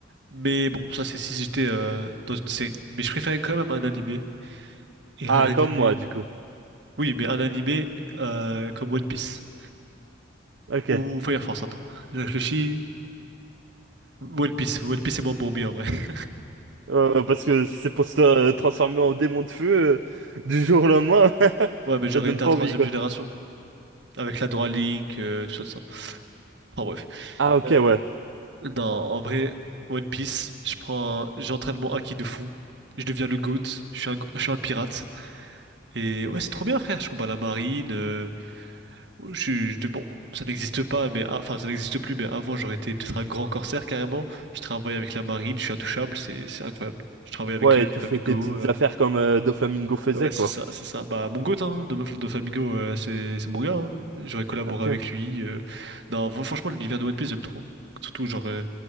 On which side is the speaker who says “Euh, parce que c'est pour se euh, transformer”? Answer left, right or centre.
Right